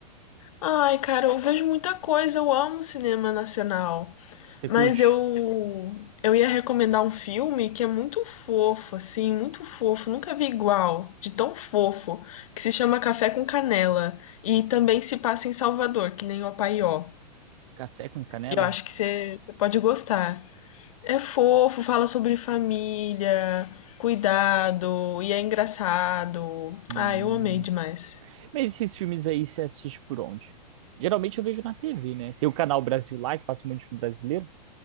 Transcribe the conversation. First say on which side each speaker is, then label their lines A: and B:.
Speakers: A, on the left (about 55°); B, on the right (about 50°).
A: Ai, cara, eu vejo muita coisa, eu amo cinema nacional,
B: Você
A: mas
B: curte?
A: eu eu ia recomendar um filme que é muito fofo, assim, muito fofo, nunca vi igual, de tão fofo, que se chama Café com Canela e também se passa em Salvador, que nem o Apaió.
B: Café com canela?
A: E Eu acho que você você pode gostar. É fofo, fala sobre família, cuidado e é engraçado.
B: Hum.
A: Ah, eu amei demais.
B: Mas esses filmes aí você assiste por onde? Geralmente eu vejo na TV, né? Tem o canal Brasil lá, que passa um monte de filme brasileiro.